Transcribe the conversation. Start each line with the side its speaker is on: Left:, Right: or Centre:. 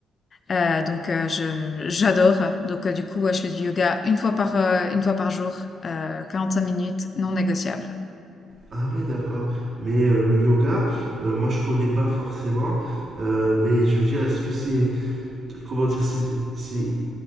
Left: Euh, donc euh, je j'adore. Donc euh, du coup ouais, je fais du yoga une fois par euh, une fois par jour, euh, 45 minutes, non négociable.
Right: Ah ouais, d'accord. Mais euh, le yoga, euh, moi je connais pas forcément. Euh, mais je veux dire, est-ce que c'est, comment dire, c'est, c'est,